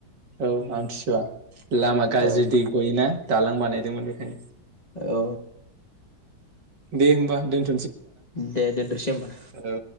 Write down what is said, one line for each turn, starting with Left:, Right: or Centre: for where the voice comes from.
Right: औ आमथिसुवा। लामा गाज्रि
Left: औ
Right: दै गयोना। दालां बानायदोंमोन बेखायनो
Left: औ
Right: दे होमबा दोन
Left: दे दोनथ'सै होमबा।
Right: औ